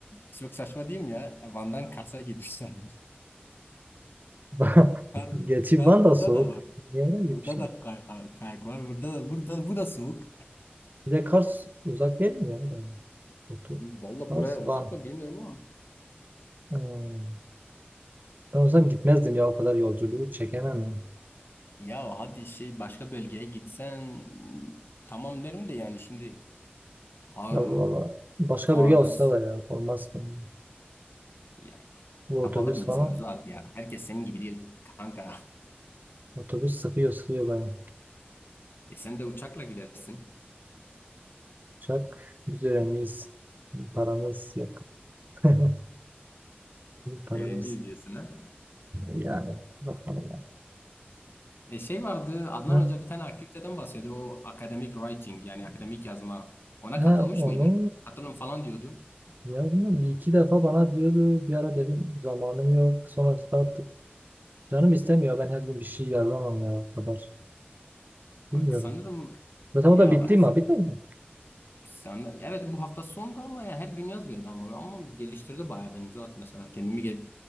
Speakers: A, on the left; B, on the right.
A: çok saçma değil mi ya? Van'dan Kars'a gitmişler. <laughs>
B: <laughs>
A: Kar,
B: Gerçi
A: kar
B: Van
A: burada
B: da soğuk.
A: da var.
B: Niye oraya gitmişler?
A: Burada da kay- kay- kayak var. Burada da burada bu da soğuk.
B: Bir de Kars uzak değil mi ya? Ben- Otur.
A: Valla
B: Kars,
A: buraya
B: Van.
A: uzak mı bilmiyorum ama
B: Hmm. Ben olsam gitmezdim ya o kadar yolculuğu çekemem ben.
A: Ya hadi şey başka bölgeye gitsen mm, tamam derim de yani şimdi Ağrı,
B: Ya valla başka
A: Kars
B: biri olsa da ya olmaz bence.
A: ya
B: Bu otobüs
A: kapalı bir
B: falan.
A: insan zaten ya. Herkes senin gibi değil kanka. <laughs>
B: Otobüs sıkıyor sıkıyor bayağı.
A: E sen de uçakla gidersin.
B: Uçak biz öğrenciyiz. Paramız yok. <laughs> Paramız
A: Öğrenciyiz diyorsun ha.
B: yani bakalım ya.
A: E şey vardı Adnan
B: Ha?
A: Hoca bir tane aktiviteden bahsediyordu. O academic writing yani akademik yazma. Ona
B: Ha,
A: katılmış
B: onu
A: mıydın? Katılın falan diyordu.
B: Ya bilmiyorum bir iki defa bana diyordu bir ara dedim zamanım yok sonra artık canım istemiyor ben her gün bir şey yazamam ya o kadar bilmiyorum.
A: Sanırım
B: Zaten o
A: ya
B: da bitti mi? Bitmedi mi?
A: Sen de, evet bu hafta sondu ama ya her gün yazmıyordu ama ama geliştirdi bayağı beni Zuhat mesela kendimi gel